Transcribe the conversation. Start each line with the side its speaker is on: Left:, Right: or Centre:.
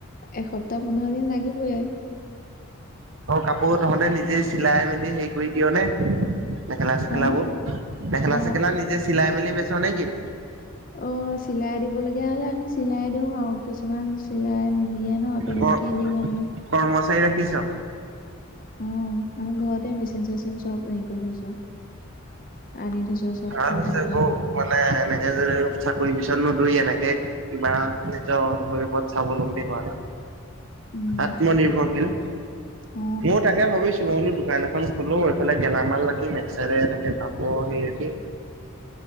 Left: এসপ্তাহ পোন্ধৰ দিন লাগিবয়ে।
Right: অ কাপোৰ তহঁতে নিজেই চিলাই মেলি হেৰি কৰি দিয় নে মেখেলা চেখেলাবোৰ?
Left: হা
Right: মেখেলা
Left: অ
Right: চেখেলা নিজে চিলাই মেলি বেচা নে কি?
Left: অ চিলাই দিবলগীয়া হ'লে আমি চিলাই দিও আৰু কিছুমান চিলাই মিলিয়ে ন তেনেকেই
Right: ক
Left: দিওঁ আমি।
Right: কৰ্মচাৰী ৰাখিছ?
Left: অ আমি ঘৰতে মেচিন চেচিন চব হেৰি কৰি থৈছো আনি থৈছো। চব
Right: ভাল
Left: কৰি
Right: হৈছে
Left: থৈছো
Right: বৌ
Left: একদম
Right: মানে এনেকে যে চাকৰি পিছত নদৌৰি এনেকে কিবা নিজৰ ভৰিৰ ওপৰত স্বাবলম্বী হোৱাতো।
Left: উম
Right: আত্মনিৰ্ভৰশীল।
Left: অ
Right: ময় তাকে ভাবিছো মই বোলো দোকান এখন খোলো এইফালে গেলামাল ৰাখিম এক সাইদে এনেকে কাপোৰ হি।